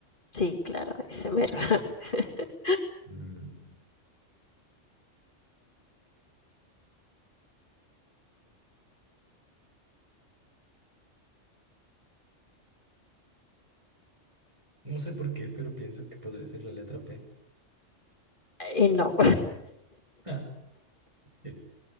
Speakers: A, on the left; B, on the right.
A: Sí, claro, ese mero.
B: Que,
A: <laughs>
B: mm, no sé por qué, pero pienso que podría ser la letra P. <laughs>
A: Y no.
B: Ah, eh,